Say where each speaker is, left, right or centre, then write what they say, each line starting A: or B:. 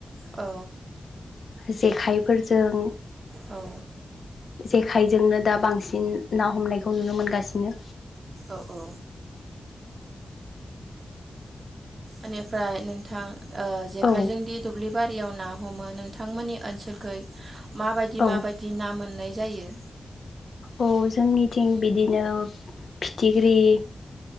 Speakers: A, on the right; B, on the left.
A: औ।
B: जेखाइफोरजों
A: औ।
B: जेखायजोंनो दा बांसिन ना हमनायखौ नुनो मोनगा सिनो।
A: औ औ। एनिफ्राय नोंथां ओ जेखाइजों
B: औ
A: दि दुब्लि बा बारियाव ना हमो नोंथांमोननि ओनसोलखै माबायदि
B: औ
A: माबायदि ना मोननाय जायो?
B: औ जोंनिथिं बिदिनो फिथिख्रि